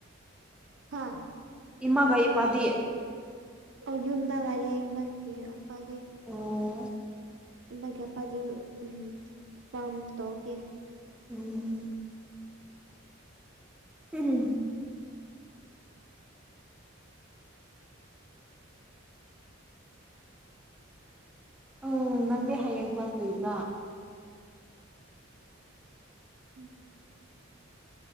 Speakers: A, on the right; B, in the centre.
A: ꯍꯥꯥ
B: ꯏꯃꯥꯒꯩ ꯄꯥꯗꯤꯑ
A: ꯑꯣ ꯌꯨꯝꯗ ꯂꯥꯏꯌꯦ ꯃꯥꯒꯤ ꯑꯄꯥꯗꯤ
B: ꯑꯣ
A: ꯏꯃꯥꯒꯤ ꯑꯄꯥꯗꯤ ꯎꯝ ꯐꯥꯝ ꯇꯧꯒꯦ
B: ꯎꯝ <unintelligible> ꯎ ꯅꯪꯗꯤ ꯍꯌꯦꯡ ꯀ꯭ꯂꯥꯁ ꯂꯩꯕ꯭ꯔꯥ
A: ꯎꯝ